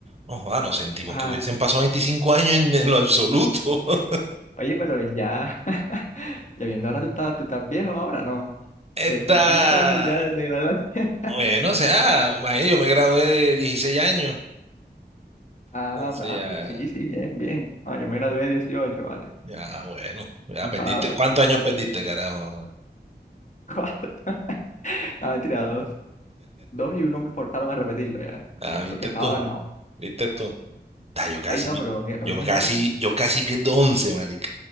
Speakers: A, on the right; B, on the left.
A: no joda, nos sentimos
B: Ajá,
A: que hubiesen pasado 25 años en, en lo absoluto. <laughs>
B: oye, pero ya, <laughs> ya viendo ahora tú estás, tú estás viejo ahora, ¿no?
A: Está,
B: 25 años ya de graduación. <laughs>
A: bueno, o sea, imagínate, yo me gradué de 16 años,
B: Ah,
A: entonces
B: ah,
A: ya,
B: pero sí, sí, bien, bien. Ah, yo me gradué 18, vale,
A: ya, bueno, ya
B: sin
A: perdiste,
B: palabras.
A: ¿cuántos años perdiste, carajo?
B: <laughs> Ah, mentira, dos. Dos y uno me forzaron a repetirlo ya,
A: Ah, viste
B: porque estaba
A: tú,
B: ganado.
A: viste tú. Ta, yo casi,
B: Ay, no,
A: me-
B: pero mi- a
A: yo
B: mí,
A: me casi, yo casi pierdo once marica.